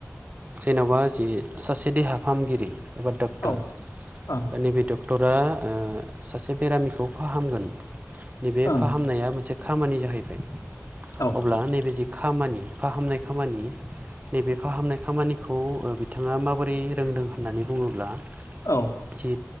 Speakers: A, on the right; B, on the left.
A: जेन'बा जि सासे देहा फाहामगिरि एबा डक्टर
B: औ ओं
A: नैबे डक्टरा सासे बेरामिखौ फाहामगोन नैबे
B: ओं
A: फाहामनाया मोनसे खामानि जाहैबाय
B: औ
A: अब्ला नैबे जि खामानि फाहामनाय खामानि नैबे फाहामनाय खामानि खौ बिथाङा माबोरै रोंदों होननानै बुङोब्ला
B: औ
A: जि